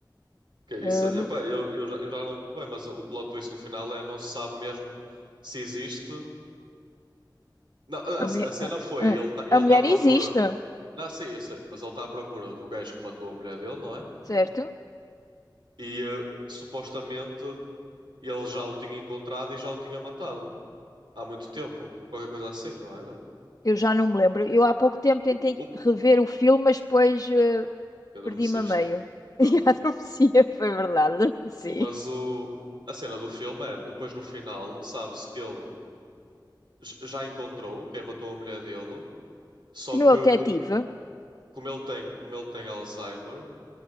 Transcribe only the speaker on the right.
Que isso,
epá,
eu, eu, já, eu já não lembro muito bem, mas o plot twist no final é não se sabe mesmo se existe. Não, a,
a
cena
foi, ele
está ele
tá à procura.
Não, sim, eu sei, mas ele está à procura do gajo que matou a mulher dele, não é?
E eh, supostamente ele já o tinha encontrado e já o tinha matado há muito tempo, qualquer coisa assim, não era?
U- up,
adormeceste.
Ah.
Mas o, a cena do filme é, depois no final, sabe-se que ele j- já encontrou quem matou a mulher dele. Só
que
co- como ele tem, como ele tem Alzheimer,